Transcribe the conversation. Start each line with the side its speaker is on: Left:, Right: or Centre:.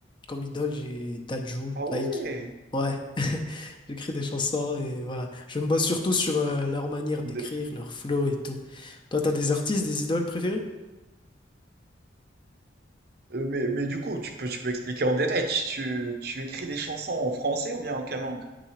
Left: Comme idole, j'ai Dadju,
Right: Ah
Left: Taïk.
Right: ouais.
Left: Ouais, <laughs> j'écris des chansons et voilà. Je me base surtout sur euh, leur manière
Right: De-
Left: d'écrire, leur flow et tout. Toi, t'as des artistes, des idoles préférées?
Right: euh, mais, mais du coup, tu peux, tu peux expliquer en détail, tu, tu, tu écris des chansons en français ou bien en quelle langue?